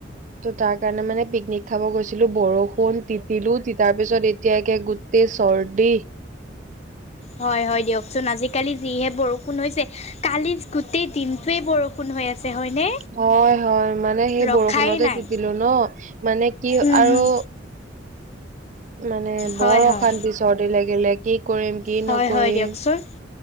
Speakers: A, on the right; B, on the left.
A: ত' তাৰ কাৰণে মানে পিকনিক খাব গৈছিলো বৰষুণ ষুণ তিতিলো, তিতাৰ পিছত এতিয়া একে গোটেই চৰ্দি।
B: হয় হয় দিয়কচোন, আজিকালি যিহে বৰষুণ হৈছে কালি গোটেই দিনটোৱে বৰষুণ হৈ আছে। হয়নে
A: হয় হয় মানে সেই
B: ৰখাই
A: বৰষুণতে
B: নাই
A: তিতিলো ন' মানে কি
B: উম
A: আৰু
B: হম
A: মানে
B: হয়
A: বৰ
B: হয়
A: অশান্তি চৰ্দি লাগিলে, কি কৰিম কি
B: হয়
A: নকৰিম।
B: হয় দিয়কচোন